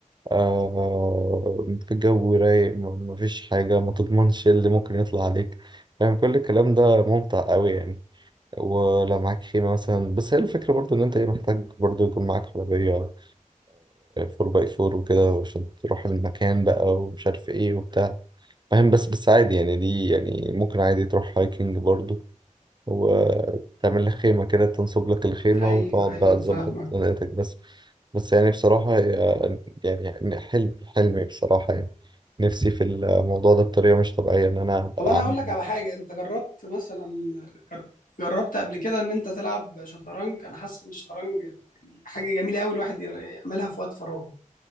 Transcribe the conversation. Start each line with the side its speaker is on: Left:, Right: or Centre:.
Right: آه في جو رايق م- مفيش حاجة ما تضمنش إيه اللي ممكن يطلع عليك يعني كل الكلام ده ممتع قوي يعني ولا معاك خيمة مثلا بس هي الفكرة برضو إن أنت إيه محتاج برضو يكون معاك عربية فور باي فور وكده عشان تروح المكان بقى ومش عارف إيه وبتاع فاهم بس بس عادي يعني دي يعني ممكن عادي تروح هايكنج برضو وتعمل لك خيمة كده تنصب لك الخيمة
Left: ايوه
Right: وتقعد
Left: ايوه
Right: بقى تظبط
Left: فاهمك
Right: دنيتك بس بس يعني بصراحة هي- يعني حلم حلمي بصراحة يعني نفسي في الموضوع ده بطريقة مش طبيعية إن أنا أبقى
Left: طب انا
Right: عندي
Left: هقول لك على حاجه انت جربت مثلا جر- جربت قبل كده ان انت تلعب شطرنج انا حاسس ان الشطرنج يعني حاجه جميله قوي الواحد يعملها في وقت فراغه